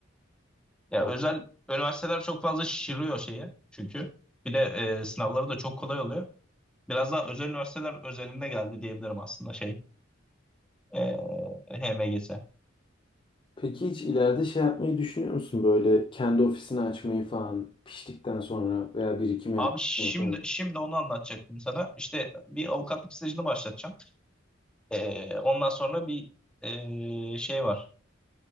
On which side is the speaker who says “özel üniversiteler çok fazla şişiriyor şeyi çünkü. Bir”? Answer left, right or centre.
Centre